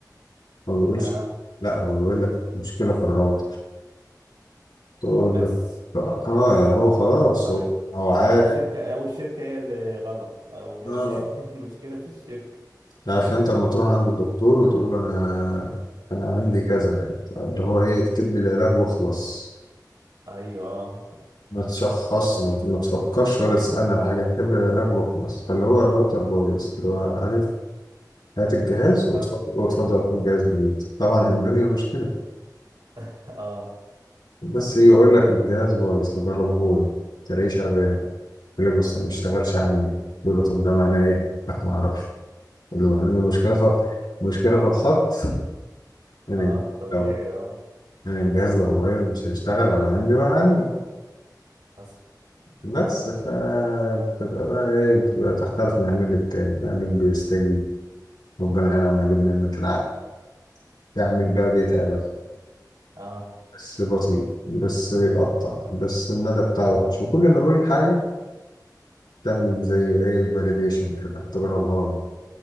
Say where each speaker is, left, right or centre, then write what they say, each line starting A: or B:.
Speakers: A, on the left; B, on the right.
A: هو ما بيقولش
B: اه
A: لا هو بيقول لك مشكلة في الراوتر تقول
B: بس
A: له اه يعني هو خلاص
B: او
A: هو هو عارف
B: او الشركه او الشركه هي اللي غلط او يعني
A: اه
B: <laughs> المشكله في الشركه
A: عارف انت لما تروح عند الدكتور وتقول له انا انا عندي كذا يعني اللي هو ايه يكتب لي العلاج واخلص
B: ايوه
A: ما تشخصش ما ما تفكرش ولا تسألني على حاجة اكتب لي العلاج وخلاص فاللي هو الراوتر بايظ اللي هو عارف هات الجهاز وتفضل
B: اه
A: وتفضل خد جهاز جديد طبعا الدنيا مش كده
B: <laughs> اه
A: بس يجي يقول لك الجهاز بايظ تجربه له تلاقيه شغال يقول لك بس ما بيشتغلش عندي يقول له طب ده معناه ايه؟ لا ما اعرفش يقول له معناه ان المشكلة في المشكلة في الخط
B: <laughs>
A: من
B: اه طبيعي
A: لو
B: اه
A: يعني الجهاز لو بايظ مش هيشتغل ولا عندي ولا عندك
B: حصل
A: بس فبتبقى بقى ايه بتبقى تختلف من عميل للتاني في عميل بيستجيب ربنا ينعم عليه بنعمة العقل يعمل بقى بيتعبك
B: اه
A: بس بطيء بس بيقطع بس المدى بتاعه وحش وكل ما يقول حاجة تعمل زي ايه فاليديشن كده تجربها له